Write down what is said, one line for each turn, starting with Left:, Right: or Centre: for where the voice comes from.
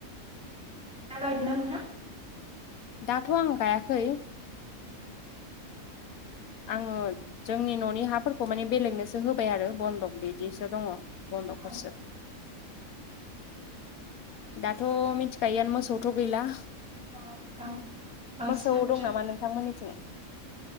Centre: दा गायदों ना नोंथां?
Left: दाथ' आं गायाखै आंङो जोंनि न'नि हाफोरखौ माने बेलेगनोसो होबाय आरो बन्दक बिदिसो दंङ। बन्दकफोरसो
Centre: अ
Left: दाथ' मिथिखायोआनो मोसोथ गैला
Centre: अ दा बांसिनानो
Left: मोसौ दं
Centre: ट्रे
Left: नामा <unintelligible>